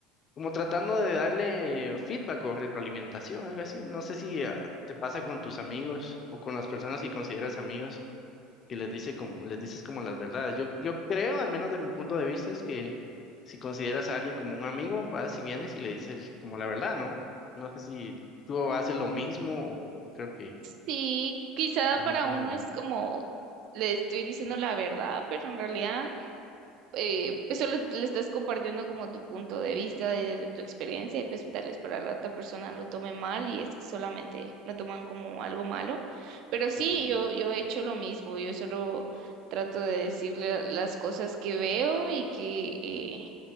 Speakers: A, on the left; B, on the right.
A: como tratando de darle feedback o retroalimentación, algo así. No sé si ah, te pasa con tus amigos o con las personas que consideras amigos que les dice como, les dices como las verdades. Yo, yo creo, al menos de mi punto de vista, es que si consideras a alguien como un amigo, vas y vienes y le dices como la verdad, ¿no? No sé si tú haces lo mismo o o creo que
B: Sí, quizá
A: es
B: para
A: mi forma
B: uno
A: de ver.
B: es como, le estoy diciendo la verdad, pero en realidad... eh, pues solo le estás compartiendo como tu punto de vista y desde tu experiencia y pues tal vez para la otra persona lo tome mal y es que solamente lo toman como algo malo. Pero sí,
A: Ujú,
B: yo, yo he hecho lo mismo, yo solo trato de decirle las cosas que veo y que, eh,